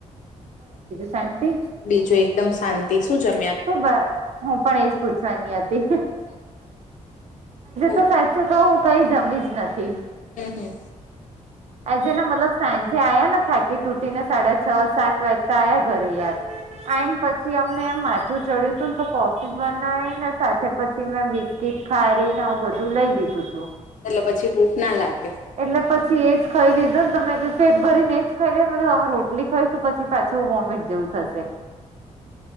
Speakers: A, on the right; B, on the left.
A: શાંતિ
B: બીજું એકદમ શાંતિ શું જમ.
A: ખબ હું પણ એજ પૂછવાની હતીજ.
B: ઓ
A: તો સાચું કહું હું કઈ જમી જ નથી.
B: હમ હમ.
A: આજે ને મતલબ સાંજે આયા ને થાકી તૂટી ને સાડા છ સાત તો આ ઘરે યાર આઈને પછી. પછી અમને એ માથું ચડ્યું હતું ને તો કોફી બનાવી ને સાથે પછી મે બિસ્ કીટ ખારીને આવું બધું લઈ લીધું તું.
B: એટલે પછી ભુખ ના લાગે.
A: એટલે પછી એજ ખાઈ લીધું ને તમે પેટ ભરી ને એજ ખાઈ લને ને હવે રોટલી ખાઈ પછ. પી પાછું વોમિટ જેવું થશે.